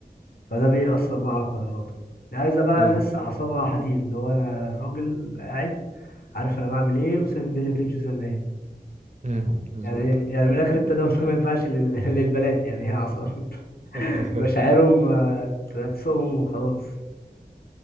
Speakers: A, on the left; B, on the right.
A: فده بيأثر بقى على قراراتك دي عايزة بقى
B: امم
A: ناس أعصابها حديد اللي هو أنا راجل قاعد عارف أنا بعمل إيه وسايب الدنيا تمشي زي ما هي
B: امم بالظبط
A: يعني هي- يعني من آخر التداول ده <laughs> ما ينفعش لل... <laughs> للبنات يعني هي أعصاب <laughs>
B: <laughs>
A: مشاعرهم آه، هتسوقهم وخلاص